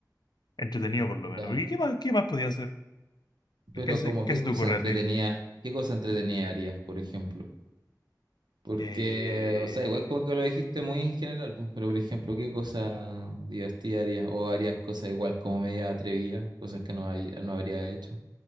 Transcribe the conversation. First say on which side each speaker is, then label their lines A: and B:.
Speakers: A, on the left (about 75°); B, on the right (about 85°).
A: entretenido por lo menos.
B: ya.
A: Porque ¿qué más, qué más podía hacer?
B: Pero
A: ¿Qué se,
B: como
A: qué
B: qué
A: se
B: cosa
A: te ocurre
B: entretenida,
A: a ti?
B: qué cosa entretenida harías, por ejemplo. Porque,
A: Eh,
B: o sea, igual como que lo dijiste muy en general, po, pero por ejemplo, ¿qué cosa divertida harías? O harías cosas igual como media atrevidas, cosas que no, hay- no habría hecho.